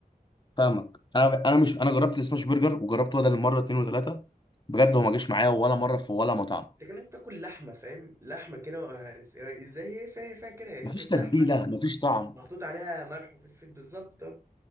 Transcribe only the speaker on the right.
امم
لكنك بتاكل لحمه فاهم لحمه كده وهرس- ازاي هي فا- فاهم كده هي فكره
لحمه
محطوط عليها ملح وفلفل بالظبط آه.